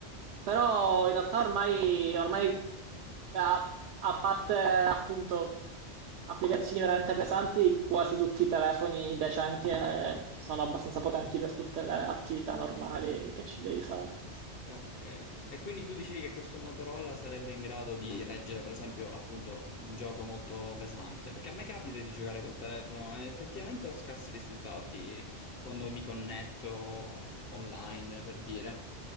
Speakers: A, on the right; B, on the left.
A: Però in realtà ormai, ormai a, a parte appunto applicazioni veramente pesanti, quasi tutti i telefoni decenti eh, sono abbastanza potenti per tutte le attività normali che ci devi fare.
B: Ok, e quindi tu dicevi che questo Motorola sarebbe in grado di reggere, per esempio, appunto, un gioco molto pesante, perché a me capita di giocare col telefono e effettivamente ho scarsi risultati quando mi connetto online, per dire.